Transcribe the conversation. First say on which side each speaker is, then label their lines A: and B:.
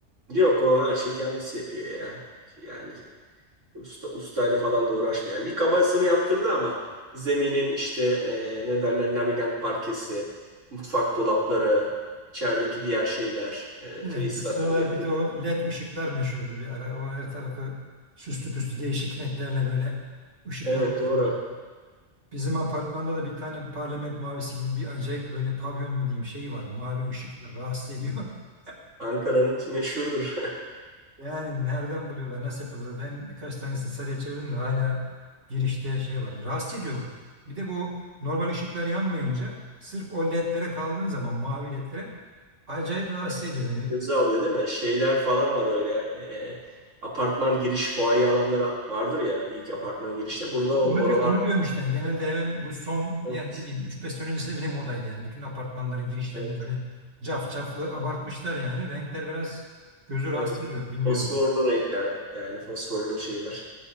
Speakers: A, on the right (about 85°); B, on the right (about 70°).
A: Yok o her şeyi kendisi yapıyor ya. Yani usta, ustayla falan da uğraşmayan. Bir kabasını yaptırdı ama zeminin işte e, ne derler laminat parkesi, mutfak dolapları, içerideki diğer şeyler, e, tesisat,
B: Evet, bu sıralar
A: elektrik.
B: bir de o LED ışıklar meşhurdu bir ara. O her tarafı süslü püslü değişik renklerle böyle ışıklandırdılar
A: Evet doğru.
B: Bizim apartmanda da bir tane parlament mavisi gibi bir acayip böyle pavyon mu diyeyim şey var. Mavi ışık var. Rahatsız ediyor. <laughs>
A: Ankara'nın meşhurdur.
B: Yani nereden buluyorlar? Nasıl yapıyorlar? Ben birkaç tanesini sarıya çevirdim de hala girişte şey var. Rahatsız ediyor. Bir de bu normal ışıklar yanmayınca sırf o ledlere kaldığın zaman mavi ledlere acayip rahatsız ediyor
A: <laughs>
B: beni.
A: Göze alıyor değil mi? Şeyler falan var öyle. e, apartman giriş fuaye alanları vardır ya ilk apartmanın girişte. Burada on,
B: Onu
A: oralarda
B: diyor, onu diyorum işte yani genelde hemen bu son
A: evet.
B: yani ne diyeyim 3-5 sene öncesinde bile modaydı yani. Bütün apartmanların girişlerinde
A: Evet.
B: böyle caf caflı abartmışlar yani. Renkler biraz gözü
A: Evet.
B: rahatsız ediyor bilmiyorum.
A: Fosforlu renkler yani fosforlu şeyler